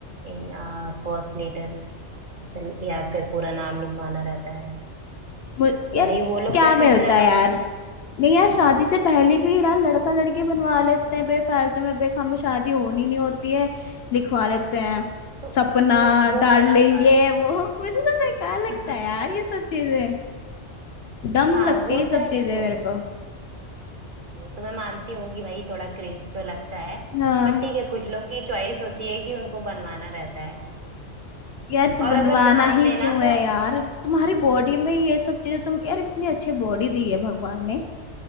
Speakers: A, on the right (about 50°); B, on the left (about 60°).
A: इन फर्स्ट लेटर फिर या फिर पूरा नाम लिखवाना रहता है
B: मु-
A: तो
B: यार
A: भाई वो लोग
B: क्या
A: कैसे
B: मिलता
A: फिर अगर
B: है यार नहीं यार शादी से पहले भी यार लड़का लड़की बनवा लेते हैं बेफालतू में बेख हमें शादी होनी नहीं होती है लिखवा लेते हैं
A: तो
B: सपना
A: वो वो
B: डाल
A: अलग
B: लेंगे
A: बात
B: वो मुझे सब बेकार लगता
A: <laughs>
B: है यार ये सब चीजें डम
A: हाँ
B: लगती
A: वो
B: है सब
A: तो है देखो
B: चीजें मेरे को
A: वो तो मैं मानती हूँ कि भाई थोड़ा क्रिंज तो लगता है
B: हाँ
A: बट ठीक है कुछ लोग की चॉइस होती है कि उनको बनवाना रहता है
B: यार तो
A: और
B: बनवाना
A: अगर ध्यान
B: ही
A: देना
B: क्यों
A: तो
B: है यार तुम्हारी बॉडी में ये सब चीजें तुम यार इतनी अच्छी बॉडी दी है भगवान ने